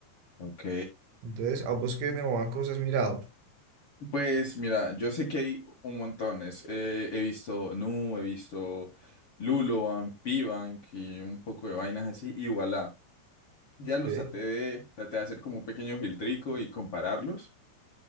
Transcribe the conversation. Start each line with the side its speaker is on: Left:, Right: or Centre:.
Left: Ok.
Right: Entonces, a vos qué neobancos has mirado.
Left: Pues mira, yo sé que hay un montón. es, eh, he visto Nu, he visto Luloan, Pibank y un poco de vainas así. Y voilà. Ya los
Right: Ok,
Left: traté de, traté de hacer como un pequeño filtrico y compararlos.